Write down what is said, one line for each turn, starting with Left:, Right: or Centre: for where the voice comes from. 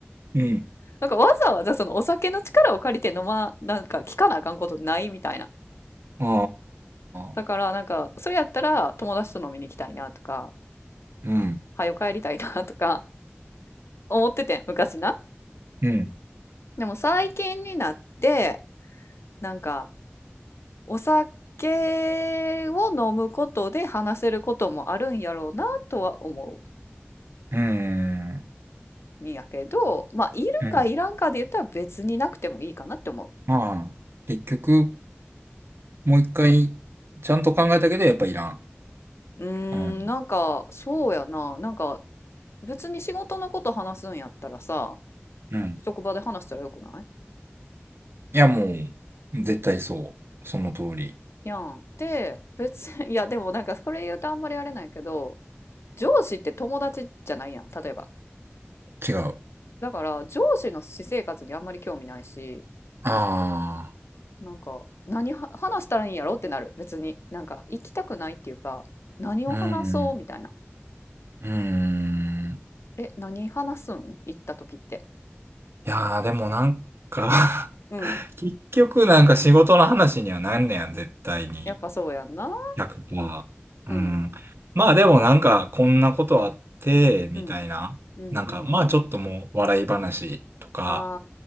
Right: うん。
Left: なんかわざわざそのお酒の力を借りて飲ま、なんか聞かなあかんことないみたいな。
Right: あ
Left: だからなんか、
Right: あ。
Left: それやったら友達と飲みに行きたいなとか、
Right: うん。
Left: はよ帰りたいなとか思っててん、昔な。
Right: うん。
Left: でも最近になって、なんか、お酒を飲むことで話せることもあるんやろうなとは思
Right: うん。
Left: うんやけど、まあ、いるかいらんかで言ったら別になくてもいいかなって思
Right: うん。まあ、結局、もう一回、ちゃんと考えたけど、やっぱいらん。
Left: う。うーん、
Right: うん。
Left: なんか、そうやな。なんか、別に仕事のこと話すんやったらさ、
Right: うん。
Left: 職場で話したらよくな
Right: いや、もう、絶対そう。その通り。
Left: いやん。で、別に、<laughs> いや、でもなんか、これ言うとあんまりあれないけど、上司って友達じゃないやん、例えば。
Right: 違う。
Left: だから、上司の私生活にあんまり興味ないし、
Right: ああ、
Left: なんか、何は話したらいいんやろってなる、別に。なんか、行きたくないっていうか、何を話そうみたいな。
Right: うん、うん。
Left: え、何話すん行った時って。
Right: いやー、でもなんか
Left: うん。
Right: <laughs> 結局なんか仕事の話にはなんねやん、絶対に。
Left: やっぱそうやんな。
Right: 100%。
Left: うん。
Right: うん。まあでもなんか、こんなことあって、みたいな。
Left: うん。うんうんうん。
Right: なんか、まあちょっともう笑い話とか、
Left: あ